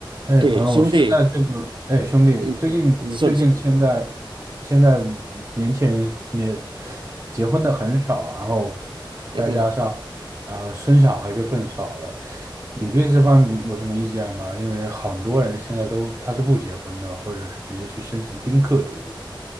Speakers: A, on the right (about 30°); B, on the right (about 70°).
A: 哎，
B: 诶，
A: 朋友，
B: 兄弟，
A: 现在这个，哎，兄弟，
B: 嗯，
A: 最近最近现在
B: 嗯你说，你说，
A: 现在年轻人也结婚的很少，然后
B: 嗯哼，
A: 再加上呃生小孩就更少了。你对这方面有什么意见吗？因为很多人现在都他是不结婚的，或者是直接去申请丁克主义的。